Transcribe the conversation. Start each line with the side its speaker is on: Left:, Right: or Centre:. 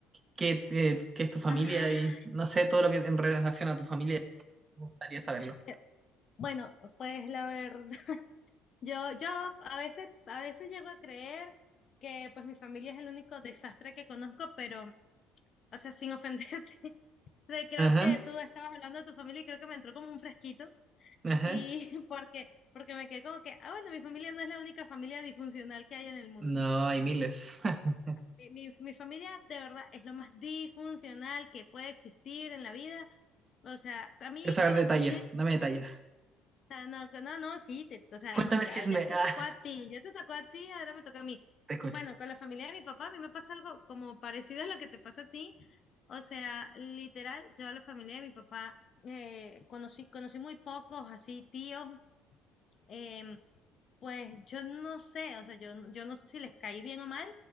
Right: qué, te- qué es tu familia
Left: Ah,
Right: y no sé, todo lo que en relación a tu familia. Me gustaría saberlo.
Left: eh, bueno, pues la verdad, <laughs> yo, yo a veces, a veces llego a creer que pues mi familia es el único desastre que conozco, pero, o sea, sin ofenderte, <laughs> de- creo
Right: Ajá,
Left: que tú estabas hablando de tu familia y creo que me entró como un fresquito
Right: ajá.
Left: y <laughs> porque, porque me quedé como que, ah, bueno, mi familia no es la única familia disfuncional que hay en el mundo.
Right: No, hay miles. <laughs>
Left: Mi, mi, mi familia de verdad es lo más disfuncional que puede existir en la vida. O sea, a mí
Right: Quiero saber
Left: con
Right: detalles,
Left: la familia
Right: dame detalles.
Left: sea, no, que- no, no, sí, te, o sea,
Right: Cuéntame
Left: no, ya,
Right: el chisme.
Left: ya te
Right: <laughs> Ah,
Left: tocó a ti, ya te tocó a ti, ahora me toca a mí.
Right: te escucho.
Left: Bueno, con la familia de mi papá, a mí me pasa algo como parecido a lo que te pasa a ti. O sea, literal, yo a la familia de mi papá eh, conocí, conocí muy pocos, así, tíos. em, pues yo no sé, o sea, yo, no- yo no sé si les caí bien o mal,